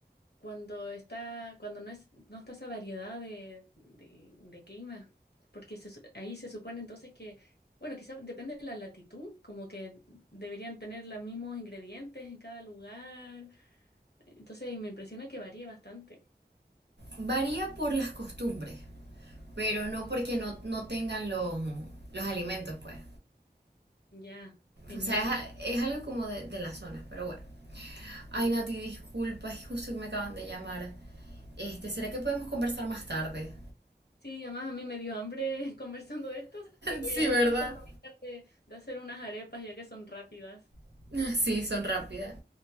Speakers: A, on the left; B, on the right.
A: cuando está, cuando no es, no está esa variedad de, de, de clima, porque se su- ahí se supone entonces que, bueno, quizás depende de la latitud, como que deberían tener los mismos ingredientes en cada lugar, entonces me impresiona que varíe bastante.
B: Varía por las costumbres, pero no
A: Mm.
B: porque no, no tengan los, los alimentos, pues.
A: Ya, genial.
B: O sea, es, es algo como de, de las zonas, pero bueno. Ay,
A: Ya.
B: Nati, disculpa, es justo que me acaban de llamar. Este, ¿será que podemos conversar más tarde?
A: Sí, además a mí me dio hambre <laughs> conversando de esto, <laughs> así que voy
B: <laughs>
A: a
B: sí, ¿verdad?
A: justo aprovechar de, de hacer unas arepas ya que son rápidas.
B: <laughs> Sí, son rápidas.